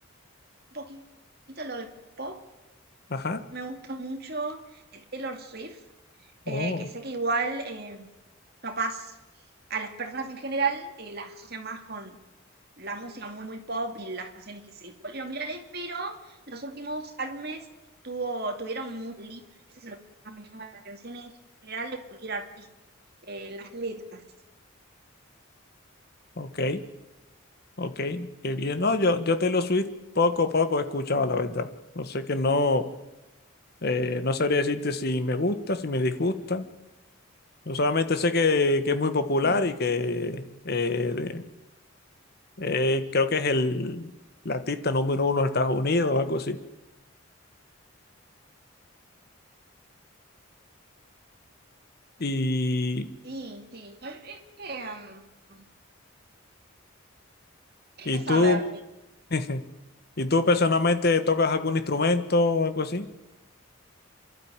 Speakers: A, on the right; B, on the left.
A: poquito lo de pop,
B: Ajá.
A: me gusta mucho eh, Taylor Swift. eh,
B: Oh,
A: que sé que igual eh, capaz a las personas en general eh, las asocian más con la música muy muy pop y las canciones que se volvieron virales, pero los últimos álbumes tuvo, tuvieron mucha li- Eso es lo que más me llama la atención en general de cualquier artista, eh, las letras.
B: ok, ok, qué bien. No, yo, yo Taylor Swift poco a poco he escuchado, la verdad. No sé que no, eh, no sabría decirte si me gusta, si me disgusta. Yo solamente sé que, que es muy popular
A: Mm.
B: y que eh, de- eh, creo que es el, el artista número uno de Estados Unidos o algo así. Y,
A: Sí, sí, es que, mm, hay
B: y
A: que
B: tú,
A: saber
B: <laughs> ¿y tú personalmente tocas algún instrumento o algo así?